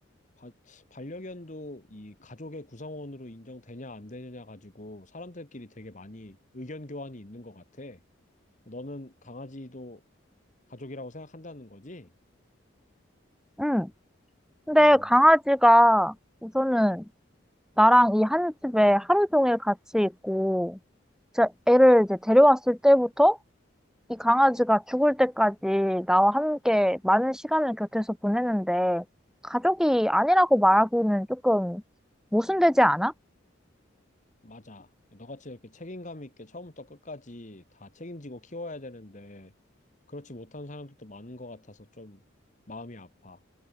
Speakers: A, on the left (about 40°); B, in the centre.
A: 바- 반려견도 이 가족의 구성원으로 인정되냐 안 되느냐 가지고 사람들끼리 되게 많이 의견 교환이 있는 것 같아. 너는 강아지도 가족이라고 생각한다는 거지?
B: 음, 근데
A: 음,
B: 강아지가 우선은 나랑 이 한 집에 하루 종일 같이 있고, 진 애를 이제 데려왔을 때부터 이 강아지가 죽을 때까지 나와 함께 많은 시간을 곁에서 보내는데, 가족이 아니라고 말하기는 조금 모순되지 않아?
A: 맞아. 너같이 이렇게 책임감 있게 처음부터 끝까지 다 책임지고 키워야 되는데, 그렇지 못한 사람들도 많은 것 같아서 좀 마음이 아파.